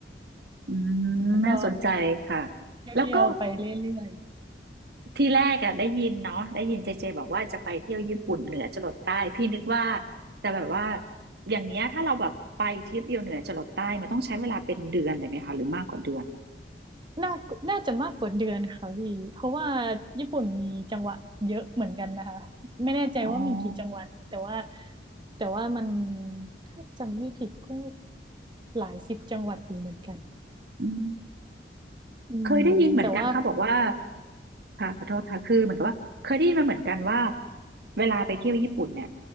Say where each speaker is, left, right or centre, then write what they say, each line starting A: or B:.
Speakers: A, on the right (about 65°); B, on the right (about 25°).
A: อืมน่าสนใจค่ะ
B: แล้วก็เที่ยวๆไปเรื่อย
A: แล้วก็ทีแรกอะได้ยินเนาะได้ยินเจเจบอกว่าจะไปเที่ยวญี่ปุ่นเหนือจรดใต้พี่นึกว่าจะแบบว่าอย่างเนี้ยถ้าเราแบบไปทริปเดียวเหนือจรดใต้มันต้องใช้เวลาเป็นเดือนเลยไหมคะหรือมากกว่าเดือน
B: น่าน่าจะมากกว่าเดือนค่ะพี่เพราะว่าญี่ปุ่นมีจังหวัดเยอะเหมือนกันนะคะไม่แน่ใจว่ามีกี่จังหวัดแต่ว่า
A: อ๋อ
B: แต่ว่ามันถ้าจำไม่ผิดก็หลายสิบจังหวัดอยู่เหมือนกัน
A: อืม
B: อืมแต่ว่า
A: เคยได้ยินเหมือนกันเขาบอกว่าค่ะขอโทษค่ะคือเหมือนกับว่าเคยได้ยินมาเหมือนกันว่าเวลาไปเที่ยวญี่ปุ่นเนี่ย